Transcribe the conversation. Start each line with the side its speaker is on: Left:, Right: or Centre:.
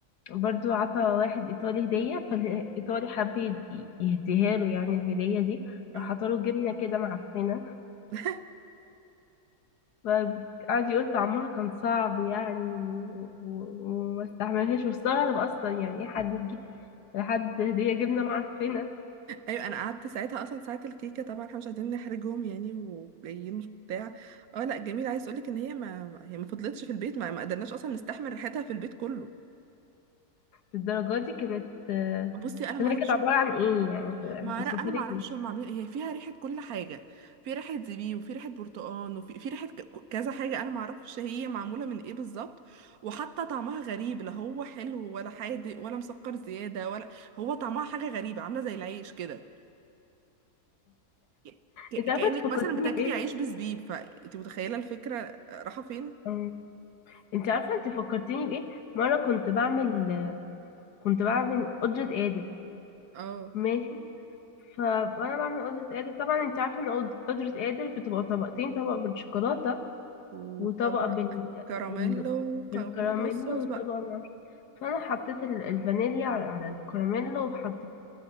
Left: برضو عطى واحد ايطالي هديه فالايطالي حب يد- يهديها له يعني الهديه دي
Right: اه
Left: راح عطاله جبنه كده معفنه
Right: <laughs>
Left: فقعد يقول طعمها كان صعب يعني و- و- وما استحملهاش واستغرب اصلا يعني ايه حد يجيب لحد هديه جبنه معفنه
Right: ايوه انا قعدت ساعتها اصلا ساعة الكيكة طبعا احنا مش عايزين نحرجهم يعني وجايين بتاع اه لا جميل عايز اقولك ان هي ما ما- هي ما فضلتش في البيت ما ما قدرناش اصلا نستحمل ريحتها في البيت كله
Left: للدرجه دي كانت آه،
Right: بصي انا ما
Left: طب هي
Right: اعرفش
Left: كانت عباره عن ايه يعني
Right: ما
Left: وصفها
Right: أعرف- انا ما
Left: لي
Right: اعرفش هم عاملين إيه. هي فيها ريحه كل حاجه في ريحه زبيب وفي ريحه برتقان وفي في ريحه ك- كذا حاجه انا ما اعرفش هي معموله من ايه بالظبط وحتى طعمها غريب لا هو حلو ولا حادق ولا مسكر زياده ولا هو طعمها حاجه غريبه عامله زي العيش كده ك- ك-
Left: انت عارفه
Right: كانك
Left: انت فكرتيني
Right: مثلا بتاكلي
Left: بايه
Right: عيش بزبيب فانت متخيله الفكره رايحه فين
Left: أم، انت عارفه انت فكرتيني بايه مره كنت بعمل كنت بعمل قدره قادر
Right: اه
Left: ماشي فانا بعمل قدره قادر طبعا انت عارفه ان قد- قدره قادر بتبقى طبقتين طبق بالشوكولاته
Right: وطبق
Left: وطبقه بال...
Right: كراميلو
Left: بال...
Right: وك-
Left: بالكراميل
Right: والصوص
Left: وطبقه
Right: بقى
Left: معرفش فانا حطيت ال- الفانيليا على على الكراميل وحطيت